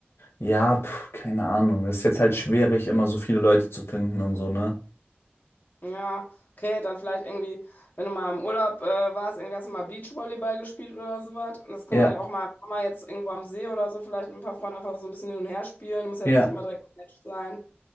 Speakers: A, on the left; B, on the left.
A: Ja, pf, keine Ahnung. Ist jetzt halt schwierig, immer so viele Leute zu finden und so, ne?
B: Ja, okay, dann vielleicht irgendwie, wenn du mal im Urlaub äh, warst, irgendwie hast du mal Beachvolleyball gespielt oder sowas. Und Das kann
A: Ja,
B: man ja auch mal im Sommer jetzt irgendwo am See oder so vielleicht mit ein paar Freunden einfach so ein bisschen hin und her spielen. Muss jetzt
A: ja.
B: nicht immer direkt ein Match sein.